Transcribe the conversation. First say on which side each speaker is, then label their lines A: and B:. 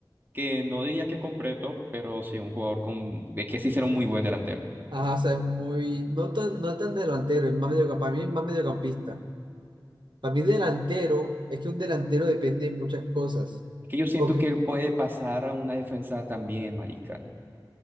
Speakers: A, on the right (about 25°); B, on the right (about 70°).
A: que no diría que completo, pero sí un jugador con, de que sí será un muy buen delantero.
B: ajá, o sea, es muy, no tan, no es tan delantero, es más medio, para mí es más mediocampista. Para mí delantero, es que un delantero depende de muchas cosas.
A: Que yo siento
B: porque
A: que él puede pasar a una defensa también, marica.